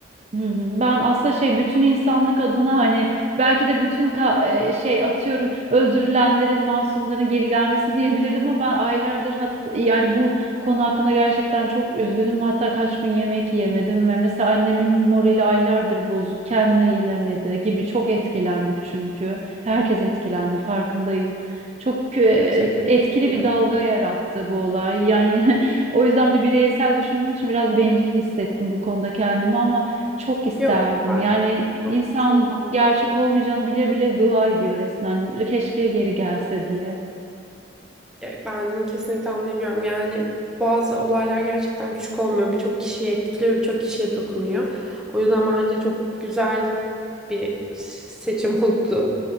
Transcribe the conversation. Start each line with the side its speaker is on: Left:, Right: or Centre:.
Right: Hı hı. Ben aslında şey bütün insanlık adına hani belki de bütün ka- e, şey atıyorum öldürülenlerin masumların geri gelmesi diyebilirdim ama ben aylardır hatta yani bu konu hakkında gerçekten çok üzgünüm hatta kaç gün yemek yemedim ve mesela annemin morali aylardır bozuk kendine gelemedi gibi çok etkilendik çünkü herkes etkilendi farkındayım. Çok e,
Centre: Gerçekten
Right: etkili
Centre: kötü bir
Right: bir
Centre: olay.
Right: dalga yarattı bu olay yani <laughs> o yüzden bile bireysel düşündüğüm için biraz bencil hissettim bu konuda kendimi ama çok isterdim.
Centre: Yok ben
Right: Yani insan
Centre: kesinlikle anlıyorum.
Right: gerçek olmayacağını bile bile dua ediyor resmen. Keşke geri gelse diye.
Centre: E, Ben kesinlikle anlayabiliyorum. Yani bazı olaylar gerçekten küçük olmuyor. Birçok kişiyi etkiliyor, birçok kişiye dokunuyor. O yüzden bence çok güzel bir seçim oldu.